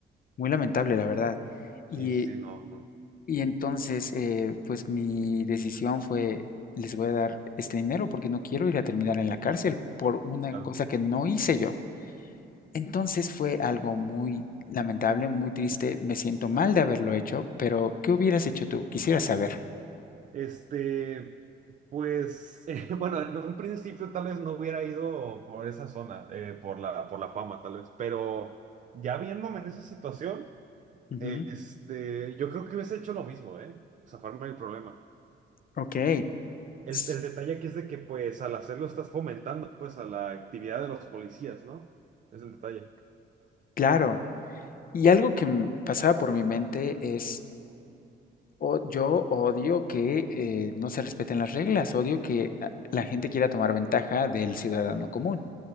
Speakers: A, on the left (about 45°); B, on the right (about 40°).
A: Muy lamentable, la verdad.
B: Sí,
A: Y,
B: sí, sí, no, no,
A: y entonces, eh, pues mi decisión fue, les voy a dar este dinero porque no quiero ir a terminar en la cárcel por una
B: claro.
A: cosa que no hice yo. Entonces fue algo muy lamentable, muy triste. Me siento mal de haberlo hecho, pero ¿qué hubieras hecho tú? Quisiera saber.
B: Este, pues, <laughs> eh, bueno, en un principio tal vez no hubiera ido por esa zona, eh, por la, por la fama, tal vez, pero ya viéndome en esa situación.
A: Ujú,
B: Este, yo creo que hubiese hecho lo mismo, ¿eh? Zafarme del problema.
A: Ok,
B: El,
A: s-
B: el detalle aquí es de que, pues, al hacerlo estás fomentando, pues, a la actividad de los policías, ¿no? Es el detalle.
A: claro. Y algo que m- pasaba por mi mente es, o- yo odio que eh, no se respeten las reglas, odio que ah, la gente quiera tomar ventaja del ciudadano común.